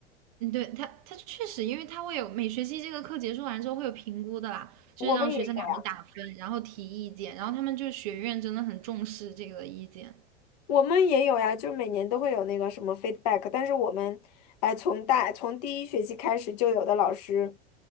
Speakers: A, on the right; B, on the left.
A: 嗯，对，他，他确实，因为他会有每学期这个课结束完之后会有评估的啦，就是让学生给他们打分，
B: 我们也有呀。
A: 然后提意见，然后他们就学院真的很重视这个意见。
B: 我们也有呀，就是每年都会有那个什么 feedback，但是我们，哎，从大从第一学期开始就有的老师，